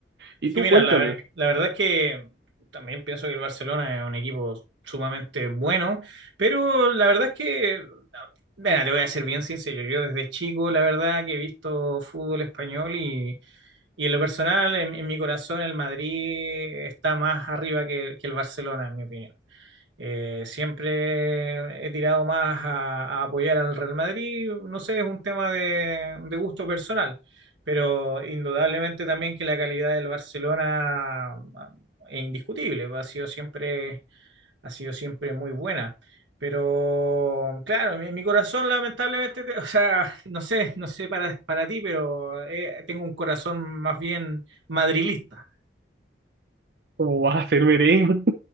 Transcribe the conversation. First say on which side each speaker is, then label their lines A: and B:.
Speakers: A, on the right; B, on the right.
A: Y
B: Sí,
A: tú
B: mira,
A: cuéntame.
B: la, ver- la verdad es que también pienso que el Barcelona es un equipo sumamente bueno, pero la verdad es que, mira, te voy a ser bien sincero, yo desde chico, la verdad que he visto fútbol español Y en lo personal, en, en mi corazón, el Madrid está más arriba que, que el Barcelona, en mi opinión. Eh, siempre he tirado más a, a apoyar al Real Madrid, no sé, es un tema de, de gusto personal, pero indudablemente también que la calidad del Barcelona ah, es indiscutible, ha sido siempre, ha sido siempre muy buena. Pero claro, mi, mi corazón lamentablemente, te- <laughs> o sea, no sé, no sé para, para ti, pero eh, tengo un corazón más bien madrilista,
A: ¿Cómo vas a hacer merengue?